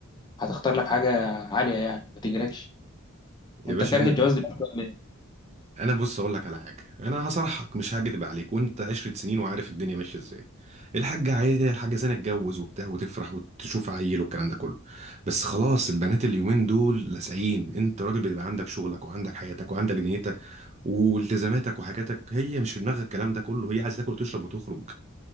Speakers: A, on the left (about 20°); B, on the right (about 30°).
A: هتختار لك حاجة عالية يعني ما تجيلكش
B: يا
A: وانت
B: باشا
A: كاره
B: انا
A: الجواز دلوقتي ولا ايه؟
B: انا بص اقول لك على حاجه انا هصرحك مش هكدب عليك وانت عشرة سنين وعارف الدنيا ماشيه ازاي الحاجه عايزه الحاجه زينه تتجوز وبتاع وتفرح وتشوف عيل والكلام ده كله بس خلاص البنات اليومين دول لاسعين انت راجل بتبقى عندك شغلك وعندك حياتك وعندك دنيتك والتزاماتك وحاجاتك هي مش في دماغها الكلام ده كله هي عايزه تاكل وتشرب وتخرج